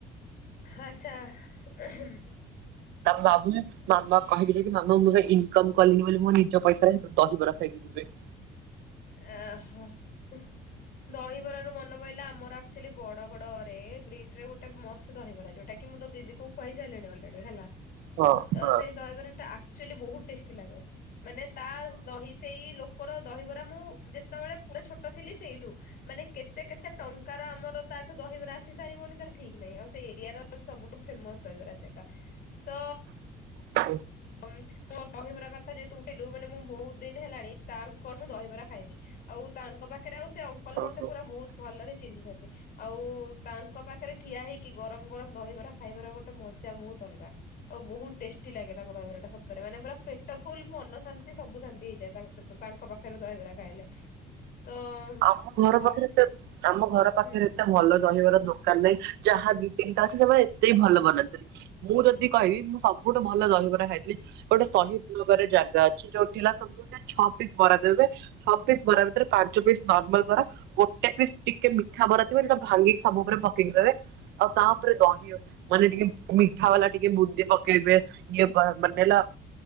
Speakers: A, on the left; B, on the right.
A: ଆଚ୍ଛା ଉଁହୁଁ।
B: ତାର ଭାବୁନି ମାମା କହିଥିଲେ କି ମାମା ମୁଁ ଇନକମ୍ କଲିଣି ବୋଲି ମୋ ନିଜ ପଇସାରେ ଦହିବରା ଖାଇକି ଯିବେ।
A: ଏ ହୋ ଉଁ ଦହିବରା ରୁ ମନେ ପଇଲା ଆମର ଆକ୍ଚୁଲି ବଡ଼ ଗଡ ରେ ବ୍ରିଟ୍ ରେ ଗୋଟେ ମସ୍ତ ସେ ଦହିବରା ଯୋଉଟା କି ମୁଁ ତ ଦିଦିକୁ ଖୁଆଇ ସାଇଲିଣି ଅଲରେଡି ହେଲା।
B: ହଁ
A: ତ
B: ହଁ
A: ସେଇ ଦହିବରା ଟା ଆକ୍ଚୁଆଲି ବହୁତ୍ ଟେଷ୍ଟି ଲାଗେ ମାନେ ତା ଦହି ସେଇ ଲୋକର ଦହିବରା ମୁଁ ଯେତେବେଳେ ପୁରା ଛୋଟ ଥିଲି ସେଇଠୁ ମାନେ କେତେ କେତେ ଟଙ୍କ୍ କାର ଆମର ତା ଦହିବରା ଆସି ସାରିବଣି ତାର ଠିକ୍ ନାହିଁ ଆଉ ସେ ଏରିଆର ସବୁଠୁ ଫେମସ୍ ଦହିବରା ସେଟା। ତ
B: ହଁ
A: ଉଁ ମୋର୍ ଦହିବରା କଥା ଯେହେତୁ ଉଠେଇଲୁ ମାନେ ମୁଁ ବହୁତ୍ ଦିନ ହେଲାଣି ତାଙ୍କଠୁ ଦହିବରା ଖାଇନି। ଆଉ ତାଙ୍କ ପାଖେରେ ଆଉ ସେ ଅଙ୍କଲ୍ ମତେ
B: ହଁ।
A: ପୁରା ବହୁତ୍ ଭଲରେ ଚିହ୍ନିଚନ୍ତି। ଆଉ ତାଙ୍କ ପାଖେରେ ଠିଆ ହେଇକି ଗରମ୍-ଗରମ୍ ଦହିବରା ଖାଇବାର ଗୋଟେ ମଜା ବହୁତ୍ ଅଲଗା। ଆଉ ବହୁତ୍ ଟେଷ୍ଟି ଲାଗେ। ତାଙ୍କ ଦହିବରା ଟା ସତରେ ମାନେ ପୁରା ପେଟ ଫୁଲ୍ ମନ ଶାନ୍ତି ସବୁ ଶାନ୍ତି ହେଇଯାଏ ତାଙ୍କ ସହିତ ପାଖେରେ ଦହିବରା ଖାଇଲେ। ତ
B: ଆମ ଘର
A: ବର୍ଷ
B: ପାଖେରେ ତ ଆମ ଘର ପାଖେରେ
A: ହୁଁ
B: <unintelligible> ଭଲ ଦହିବରା ଦୋକାନ୍ ନାହିଁ, ଯାହା ଦିି ତିନିଟା ଅଛି ସେମାନେ ଏତେ ଭଲ ବନାନ୍ତିନି। ମୁଁ ଯଦି କହିବି ମୁଁ ସବୁଠୁ ଭଲ ଦହିବରା ଖାଇଥିଲି। ଗୋଟେ ସହିଦ୍ ନଗର ରେ ଜାଗା ଅଛି <unintelligible> ସେ ଛଅ ପିସ୍ ବରା ଦେବେ ଛଅ ପିସ୍ ବରା ଭିତରେ ପାଞ୍ଚ ପିସ୍ ନର୍ମାଲ ବରା ଗୋଟେ ପିସ୍ ଟିକେ ମିଠା ବରା ଥିବ ଯୋଉଟା ଭାଙ୍ଗିକି ସବୁ <unintelligible> <unintelligible> ଆଉ ତାପରେ ଦହି ଆଉ ମାନେ ଟିକେ ମିଠା ବାଲା ଟିକେ ବୁନ୍ଦି ପକେଇବେ, ଇଏ ମାନେ ହେଲା